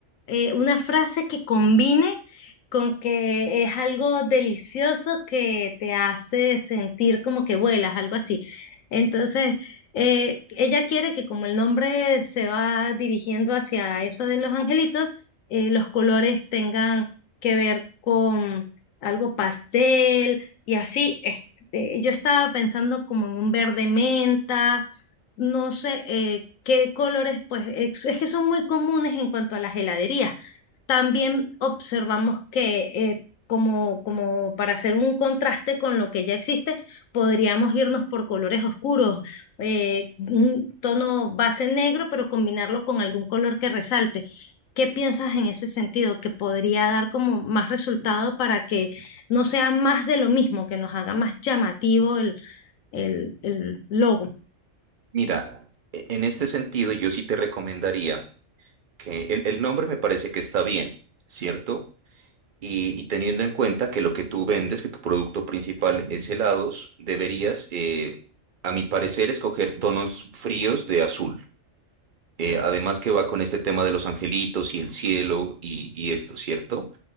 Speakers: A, on the left (about 80°); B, on the right (about 45°).
A: eh, una frase que combine con que es algo delicioso que te hace sentir como que vuelas, algo así. Entonces, eh, ella quiere que como el nombre se va dirigiendo hacia eso de los angelitos, eh, los colores tengan que ver con algo pastel y así. Este, yo estaba pensando como en un verde menta no sé eh, qué colores, pues ex- es que son muy comunes en cuanto a las heladerías. También observamos que eh, como, como para hacer un contraste con lo que ya existe, podríamos irnos por colores oscuros, eh, un tono base negro, pero combinarlo con algún color que resalte. ¿Qué piensas en ese sentido? Que podría dar como más resultado para que no sea más de lo mismo, que nos haga más llamativo el, el, el logo.
B: Mira, e- en este sentido, yo sí te recomendaría que el, el nombre me parece que está bien, ¿cierto? Y, y teniendo en cuenta que lo que tú vendes, que tu producto principal es helados, deberías, eh, a mi parecer, escoger tonos fríos de azul. Eh, además que va con este tema de los angelitos y el cielo y, y esto, ¿cierto?